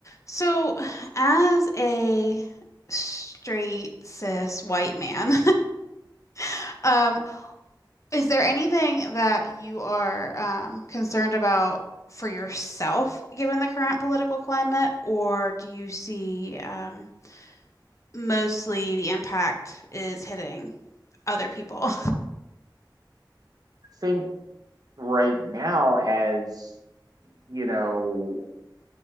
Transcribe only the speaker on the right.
think right now as you know